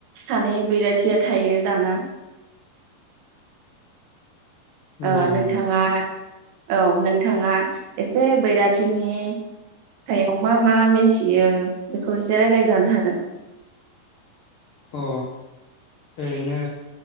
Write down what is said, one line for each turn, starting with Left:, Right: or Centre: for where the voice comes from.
Right: सानै बैराथिया थायो दाना।
Left: नंगौ
Right: ओ नोंथाङा
Left: नंगौ
Right: औ नोंथाङा एसे बैराद थिनि सायाव मा मा मिन्थियो बेखौ एसे रायलाय जानो हागोन।
Left: अ ओरैनो